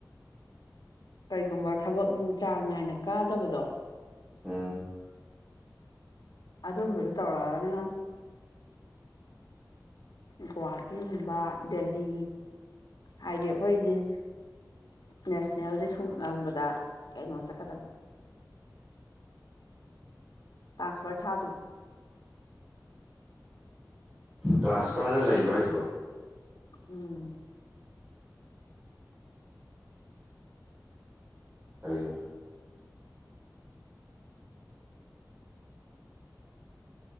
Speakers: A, on the left; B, on the right.
A: ꯀꯩꯒꯨꯝꯕ ꯊꯕꯛ ꯅꯨꯡ ꯆꯥꯡ ꯅꯥꯏꯅ ꯀꯥꯗꯕꯗꯣ
B: ꯑꯝ
A: ꯑꯗꯨꯝꯕꯗꯨ ꯇꯧꯔꯅ ꯒꯨꯍꯥꯇꯤꯒꯨꯝꯕ ꯗꯦꯜꯂꯤ ꯍꯥꯏꯗꯤ ꯑꯩꯈꯣꯏꯒꯤ ꯅꯦꯁꯅꯦꯜꯗꯤ ꯁꯨꯝꯕꯗ ꯀꯩꯅꯣ ꯆꯠꯀꯗꯕ ꯇ꯭ꯔꯥꯟꯁꯐꯔ ꯊꯥ ꯇ
B: ꯇ꯭ꯔꯥꯟꯁꯄꯔꯒ ꯂꯩꯕ꯭ꯔ ꯍꯥꯏꯖꯕꯣ
A: ꯎꯝ <unintelligible> <inaudible>
B: ꯇꯥꯏꯅ <unintelligible> <inaudible>